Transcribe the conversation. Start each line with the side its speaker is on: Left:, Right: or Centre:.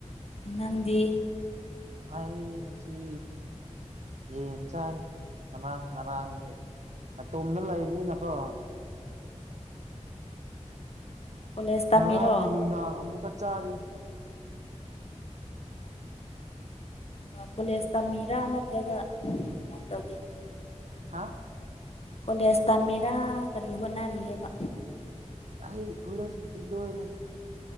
Left: ꯅꯪꯗꯤ
Right: ꯑꯩ ꯉꯁꯤ ꯌꯦꯟ ꯆꯥꯏ ꯉꯔꯥꯡ ꯉꯔꯥꯡꯒꯤ ꯑꯇꯣꯝꯗ ꯂꯩꯕꯅꯤꯅꯀꯣ
Left: ꯀꯣꯂꯦꯖ ꯇꯝꯃꯤꯔꯣ
Right: ꯉꯔꯥꯡꯒꯤ ꯅꯨꯡꯗꯥꯡ ꯑꯃꯨꯛꯀ ꯆꯥꯔꯤ
Left: ꯀꯣꯂꯦꯖ ꯇꯝꯃꯤꯔꯥ ꯅꯠꯇ꯭ꯔꯒ ꯀꯃꯥꯏꯅ ꯇꯧꯒꯦ
Right: ꯍꯥꯥ
Left: ꯀꯣꯂꯦꯖ ꯇꯝꯃꯦꯔꯥ ꯀꯔꯤ ꯍꯣꯠꯅꯔꯤꯑꯕ
Right: ꯑꯩ ꯀꯣꯂꯦꯖꯄꯨꯗꯤ ꯂꯣꯏꯔꯦ